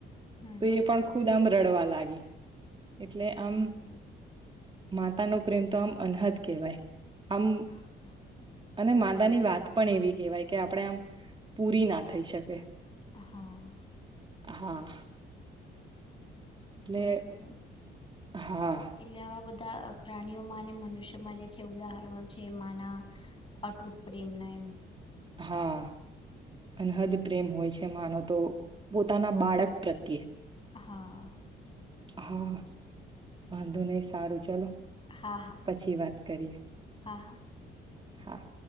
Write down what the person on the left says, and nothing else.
હમ
ઓ
<inaudible>
હા
તો એ તો
એટલે આવા બધા પ્રાણીઓમાં મનુષ્યમાં જે છે ઉદાહરણો છે માના અતૂટ પ્રેમના એમ
હા
હા હા
હા હા